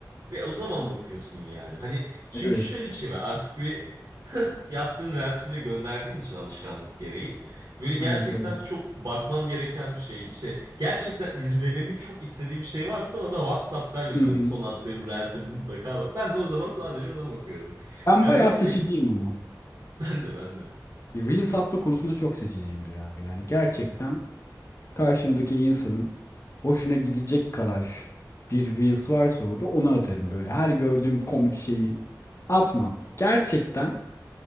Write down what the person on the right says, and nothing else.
Ve o zaman bakıyorsun yani. Hani çünkü
şöyle bir şey var. Artık bir <laughs> yaptığın reels'i bile gönderdiğin için alışkanlık gereği. Böyle gerçekten
çok bakmam gereken bir şey. İşte gerçekten izlememi çok istediği bir şey varsa bana WhatsApp'tan yazıyor.
Son attığım reels'e mutlaka bak. Ben de o zaman sadece ona bakıyorum.
Ya
yoksa
<laughs> ben de ben de.